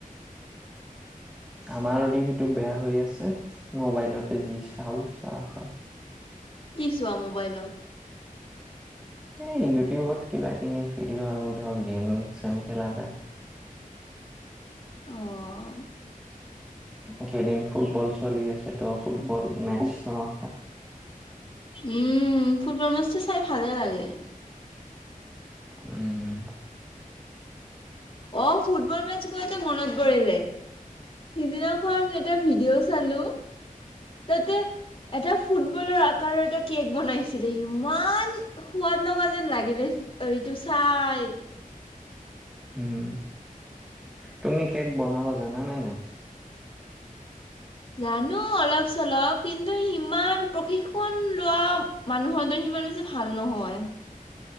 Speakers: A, in the centre; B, on the left.
A: আমাৰ ও টিভিটো বেয়া হৈ আছে মোবাইলতে যি চাওঁ চাওঁ খ
B: কি চোৱা মোবাইলত?
A: এই ইউটিউবত কিবা কিনি ভিডিঅ' আৰু ধৰ গেম চেম খেলা যায়।
B: আহ
A: কেইদিন ফুটবল চলি আছে তো ফুটবল মেচ চাওঁ।
B: উম ফুটবল মই চাই ভালে লাগে
A: উম
B: অ ফুটবল ম তে মনত পৰিলে সিদিনাখন এটা ভিডিঅ' চালো তাতে এটা ফুটবলৰ আকাৰৰ এটা কেক বনাইছিলে ইমান সোৱাদ লগা যেন লাগিলে এইটো চাই।
A: হম। তুমি কেক বনাবা। জানা নাই নাই?
B: জানো অলপ চলপ কিন্তু সিমান প্ৰশিক্ষণ লোৱা মানুহৰ দৰে সিমান ব হৈছে ভাল নহয়।